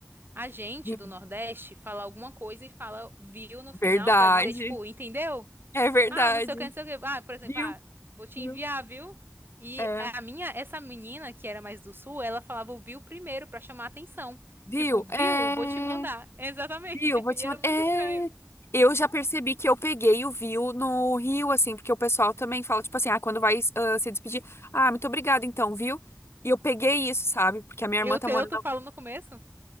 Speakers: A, on the right; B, on the left.
A: A gente
B: Viu?
A: do Nordeste fala alguma coisa e fala viu no final
B: Verdade,
A: pra dizer tipo, entendeu?
B: é verdade.
A: Ah, não sei o que, não sei o que. Ah, por exemplo,
B: Viu,
A: ah, vou te
B: viu,
A: enviar, viu? E
B: é,
A: a minha, essa menina que era mais do sul, ela falava o viu primeiro pra chamar atenção.
B: viu,
A: Tipo, viu?
B: é.
A: Vou te mandar. Exatamente.
B: Viu? Vou
A: <laughs> E
B: te
A: era
B: mandar.
A: muito
B: É...
A: estranho.
B: Eu já percebi que eu peguei o viu no Rio, assim, porque o pessoal também fala, tipo assim, ah, quando vai ah, se despedir, ah, muito obrigada, então, viu? E eu peguei isso, sabe? Porque a minha
A: E
B: irmã
A: o
B: tá
A: teu,
B: morando.
A: tu fala no começo?